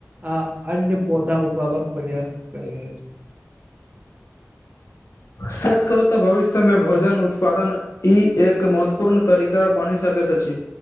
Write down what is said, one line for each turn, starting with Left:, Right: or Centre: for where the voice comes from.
Right: आ अन्य पौधा उगाबक प्रयास करि रहल छै।
Left: सच कहू तऽ भविष्यमे भोजन उत्पादन ई एक महत्वपूर्ण तरीका ब बनि सकैत अछि।